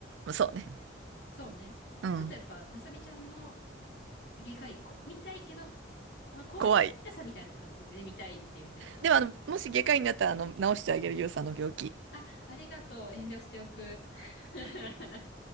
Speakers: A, on the right; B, on the left.
A: そうね。
B: そうね。
A: うん。
B: ちょっとやっぱ、まさみちゃんの外科医こ見たいけど、まあ、怖いもの見たさみたいな感じで見たいって言ってるから。
A: 怖い。でもあの、もし外科医になったら、あの、治してあげる、ゆうさんの病気。
B: あ、ありがとう。遠慮しておく。<laughs>